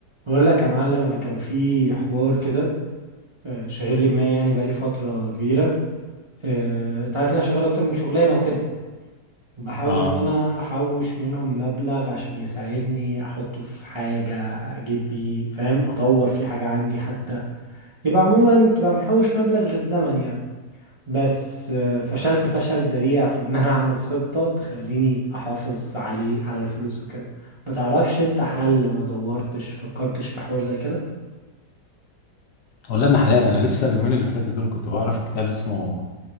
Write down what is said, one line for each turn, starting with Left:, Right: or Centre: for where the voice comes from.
Right: بقول لك يا معلم انا كان في حوار كده آه، شاغل لي دماغي يعني بقالي فتره كبيره آه، انت عارف ان انا شغال اكتر من شغلانه وكده وبحاول
Left: اه
Right: ان انا احوش منهم مبلغ عشان يساعدني احطه في حاجه اجيب بيه فاهم اطور في حاجه عندي حتى يبقى عموما تبقى محوش مبلغ للزمن يعني بس آه، فشلت فشل ذريع في ان انا اعمل خطه تخليني احافظ عليه على الفلوس وكده ما تعرفش انت حل ما دورتش فكرتش في حوار زي كده
Left: ولادنا حلال انا لسه اليومين اللي فاتوا دول كنت بقرا في كتاب اسمه